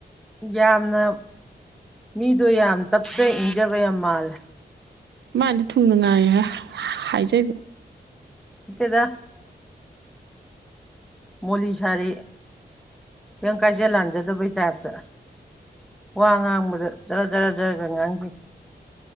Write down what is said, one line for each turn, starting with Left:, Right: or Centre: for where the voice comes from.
Centre: ꯌꯥꯝꯅ ꯃꯤꯗꯣ ꯌꯥꯝ ꯇꯞꯆ ꯏꯟꯖꯕ ꯌꯥꯝ ꯃꯥꯜꯂꯦ
Right: ꯃꯥꯗ ꯊꯨꯡꯅ ꯉꯉꯍ ꯍꯥꯏꯖꯩꯕ
Centre: ꯏꯇꯦꯗ ꯃꯣꯂꯤ ꯁꯥꯔꯤ ꯀꯤꯝ ꯀꯥꯏꯖ ꯂꯥꯟꯖꯗꯕꯩ ꯇꯥꯏꯞꯇ ꯋꯥ ꯉꯥꯡꯕꯗ ꯖꯔ ꯖꯔ ꯖꯔꯒ ꯉꯥꯡꯈꯤ